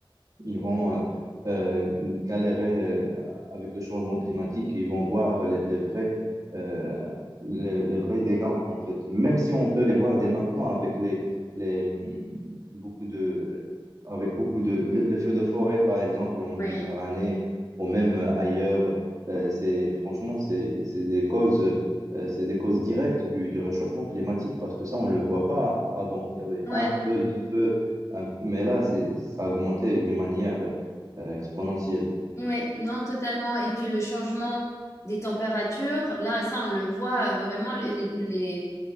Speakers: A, on the right; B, on the left.
A: ils vont euh, euh, galérer euh, avec le changement climatique et ils vont voir les, les vrais, euh, les, les vrais dégâts, en fait. Même si on peut les voir dès maintenant avec les, les, hum, beaucoup de, avec beaucoup de, le- les feux de forêt, par exemple, en Méditerranée
B: oui,
A: ou même euh, ailleurs, euh, c'est, franchement, c'est, c'est des causes. euh, c'est des causes directes du, du réchauffement climatique parce que ça, on ne le voit pas avant. Il y avait
B: ouais,
A: un feu, deux feux, un- Mais là, c'est, ça a augmenté d'une manière euh, exponentielle.
B: ouais, non, totalement. Et puis le changement des températures, là, ça, on le voit euh, vraiment, les, les,